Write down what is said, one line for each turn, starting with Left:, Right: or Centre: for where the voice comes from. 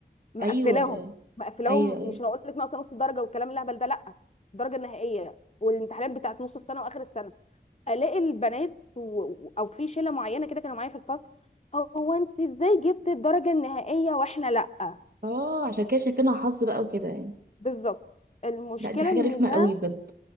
Left: مقفلاهم
Right: ايوه
Left: مقفلاهم
Right: ايوه ايوه
Left: مش هقول لك ناقصه نص درجه والكلام الهبل ده لا الدرجه النهائيه والامتحانات بتاعت نص السنه واخر السنه الاقي البنات و... او في شله معينه كده كانوا معايا في الفصل هو انت ازاي جبت الدرجه النهائيه واحنا لا
Right: اه عشان كده شايفينها حظ بقى وكده يعني
Left: بالظبط المشكله
Right: لا دي حاجه
Left: ان
Right: رخمه
Left: ده
Right: قوي بجد